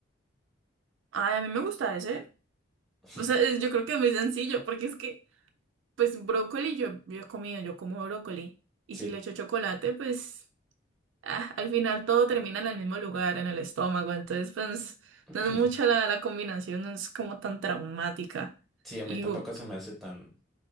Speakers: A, on the right (about 75°); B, in the centre.
A: Ay, a mí me gusta ese.
B: <laughs>
A: O sea, es- yo creo que es muy sencillo, porque es que, pues, brócoli yo, yo he comido, yo como brócoli. Y
B: Sí.
A: si le echo chocolate, pues, ah, al final todo termina en el mismo lugar, en el estómago. Entonces, pues,
B: <clears throat>
A: no es mucha la, la combinación, no es como tan traumática.
B: Sí, a
A: Y
B: mí tampoco
A: digo,
B: se me hace tan